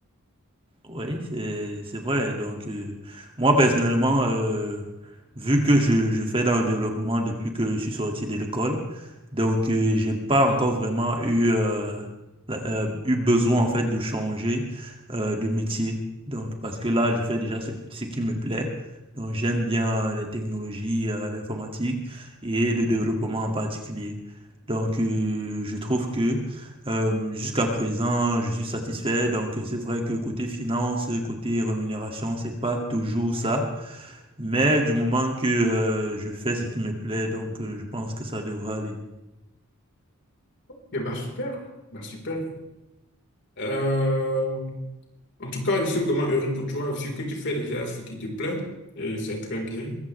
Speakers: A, on the right; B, on the left.
A: Oui, c'est c'est vrai. Donc, euh, moi personnellement, euh, vu que je, je fais dans le développement depuis que je suis sorti de l'école, donc euh, j'ai pas encore vraiment eu euh, la- euh, eu besoin en fait de changer euh, de métier. Donc, parce que là, je fais déjà ce, ce qui me plaît. Donc, j'aime bien les technologies, euh, l'informatique et le développement en particulier. Donc, euh, je trouve que Hem, jusqu'à présent, je suis satisfait. Donc, c'est vrai que côté finance, côté rémunération, c'est pas toujours ça. Mais du moment que euh, je fais ce qui me plaît, donc euh, je pense que ça devrait aller.
B: eh ben, super, bah super. Euh, en tout cas, je suis vraiment heureux pour toi, vu que tu fais déjà ce qui te plaît, et c'est très bien.